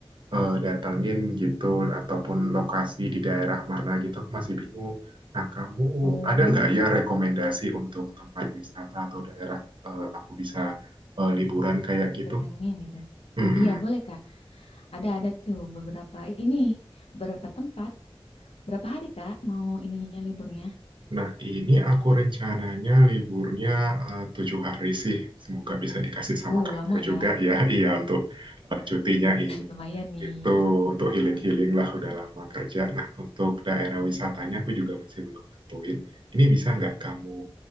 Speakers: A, on the right (about 55°); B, on the left (about 80°).
A: eh, datengin gitu ataupun lokasi di daerah mana gitu aku masih bingung. Nah kamu
B: Oh,
A: ada nggak ya rekomendasi untuk tempat wisata atau daerah eh, aku bisa eh, liburan kayak gitu?
B: datengin gitu.
A: Mm-mm.
B: Iya boleh Kak. Ada ada tuh beberapa ini, beberapa tempat. Berapa hari Kak mau ininya liburnya?
A: Nah, ini aku rencananya liburnya eh, tujuh hari sih. Semoga bisa dikasih sama
B: Uh,
A: kantor
B: lama ya.
A: juga <laughs> ya. Iya, untuk eh, cutinya ini.
B: Lumayan
A: Itu
B: nih.
A: untuk healing-healing lah udah
B: Mm-mm.
A: lama kerja. Nah, untuk daerah wisatanya aku juga masih belum nentuin. Ini bisa nggak kamu